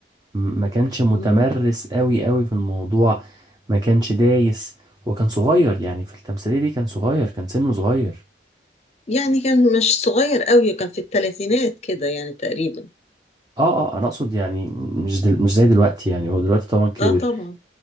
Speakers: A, on the right; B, on the left.
A: ما كانش متمرس
B: مم.
A: قوي قوي في الموضوع ما كانش دايس وكان صغير يعني في التمثيلية دي كان صغير كان سنه صغير
B: يعني كان مش صغير قوي كان في الثلاثينات كده يعني تقريبا
A: اه اه انا اقصد يعني مش دل... مش زي دلوقتي يعني هو دلوقتي طبعا كبر
B: اه طبعا